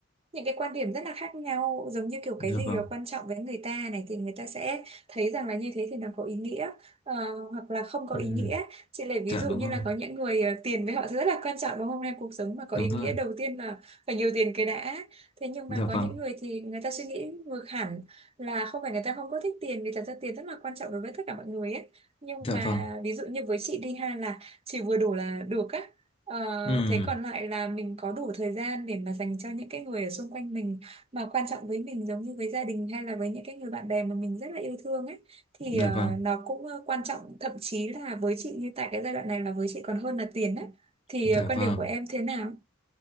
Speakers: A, on the right (about 30°); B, on the left (about 30°).
A: những cái quan điểm rất là khác nhau giống như kiểu
B: dạ
A: cái gì
B: vâng
A: là quan trọng với người ta này thì người ta sẽ thấy rằng là như thế thì nó có ý nghĩa ờ, hoặc là không có
B: ừ,
A: ý nghĩa chị lấy ví
B: dạ
A: dụ
B: đúng
A: như
B: rồi
A: là có những người ờ, tiền với họ rất là quan trọng đúng không em cuộc sống mà có
B: đúng
A: ý nghĩa
B: rồi
A: đầu tiên là phải nhiều tiền cái đã thế nhưng
B: dạ
A: mà có
B: vâng
A: những người thì người ta suy nghĩ ngược hẳn là không phải người ta không có thích tiền vì thật ra tiền rất là quan trọng đối với tất cả mọi người ấy nhưng
B: dạ
A: mà
B: vâng
A: ví dụ như với chị đi ha là chỉ vừa đủ là được á Ờ,
B: ừ,
A: thế còn lại là mình có đủ thời gian để mà dành cho những cái người ở xung quanh mình mà quan trọng với mình giống như với gia đình hay là với những cái người bạn bè mà mình rất là yêu thương á thì
B: dạ
A: ờ,
B: vâng
A: nó cũng ờ, quan trọng thậm chí là với chị như tại cái giai đoạn này là với chị còn hơn là tiền á thì
B: dạ
A: ờ, quan
B: vâng
A: điểm của em thế nào